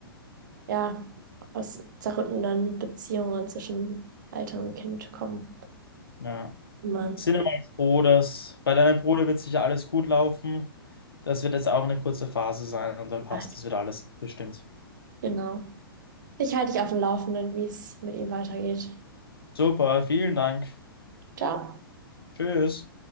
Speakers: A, on the right; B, on the left.
A: ja, aus zerrüttenden Beziehungen zwischen Eltern und Kind kommen.
B: Ja.
A: Immer.
B: Sind aber jetzt froh, dass bei deinem Bruder wird sicher alles gut laufen. Das wird jetzt auch eine kurze Phase sein und dann passt
A: Ja, ich-
B: das wieder alles bestimmt.
A: Genau. Ich halte dich auf dem Laufenden, wie es mit ihm weitergeht.
B: Super, vielen Dank.
A: Ciao.
B: Tschüss.